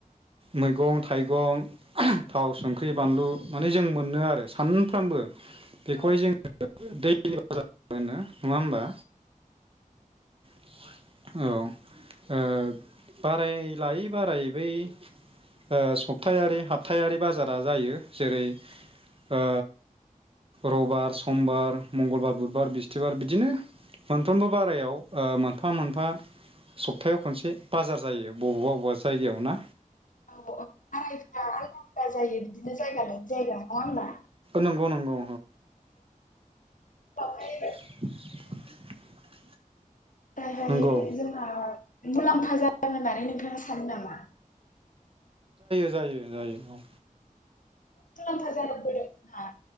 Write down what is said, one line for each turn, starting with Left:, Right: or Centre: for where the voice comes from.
Right: मैगं थाइगं थाव संख्रि बानलु माने जों मोनो आरो सानफ्रामबो बेखौहाय
Left: औ
Right: जोङो दैलि बाजार बाजार होनो नङा होमबा औ ओ बाराय लायै बारायै बै ओ सप्तायारि हाबथायारि बाजारा जायो जेरै ओ रबिबार समबार मंगलबार बुधबार बिस्थिबार बिदिनो मोनफ्रोमबो बारायाव मोनफा मोनफा सप्तायाव खनसे बाजार जायो बबेबा बबेबा जायगायाव ना
Left: औ औ बारायफ्रा आलदा-आलदा जायो बिदिनो जायगा लायनाय जायगा नङा होमबा
Right: नंगौ-नंगौ
Left: बेवहाय
Right: <inaudible>
Left: नाथाय
Right: नंगौ
Left: जोंहा मुलाम्फा जादों होननानै नोंथाङा सानो नामा
Right: जायो-जायो औ
Left: मुलाम्फा जागोन होनना